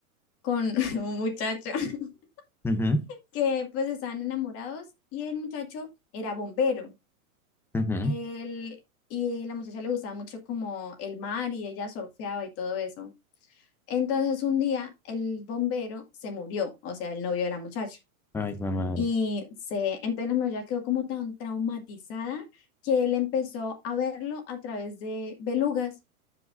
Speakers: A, on the left; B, in the centre.
A: con <laughs> un muchacho <laughs>
B: Ujú,
A: que pues estaban enamorados y el muchacho era bombero.
B: ujú.
A: Él, y la muchacha le gustaba mucho como el mar y ella surfeaba y todo eso. Entonces un día el bombero se murió, o sea, el novio de la muchacha.
B: Ay, qué madre.
A: Y se, entonces la muchacha quedó como tan traumatizada que él empezó a verlo a través de belugas.